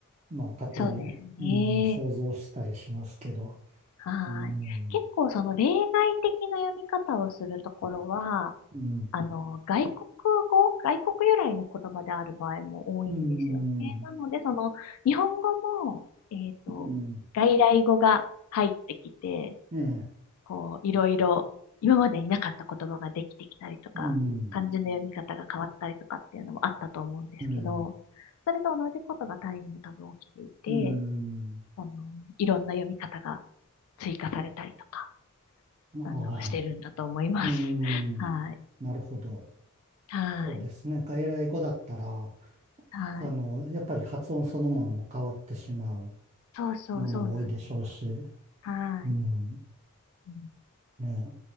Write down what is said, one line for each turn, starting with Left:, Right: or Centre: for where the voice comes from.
Right: まあ勝手に、
Left: そうですね。
Right: うん、想像したりしますけど、
Left: はーい。
Right: うん、
Left: 結構その例外的な読み方をするところは、
Right: うん、
Left: あの、外国語、外国由来の言葉である場合も多いんですよね。
Right: うん、
Left: なので、その、日本語も、えっと、
Right: うん、
Left: 外来語が入ってきて、
Right: ええ、
Left: こう、いろいろ、今までになかった言葉ができてきたりとか、
Right: うん、
Left: 漢字の読み方が変わったりとかっていうのもあったと思うんですけど、
Right: うん、
Left: それと同じことがタイにも多分起きていて、
Right: うん、
Left: その、いろんな読み方が追加されたりとか、
Right: ま
Left: あの、してるんだと思います。
Right: あ、うん、
Left: <laughs> はい。
Right: なるほど。
Left: はい。
Right: そうですね。外来語だったら、
Left: はい。
Right: あの、やっぱり発音そのものも変わってしまう
Left: そうそう、
Right: ものも多いでしょうし、
Left: そうなんですよ。はい。
Right: うん、
Left: うん
Right: ね、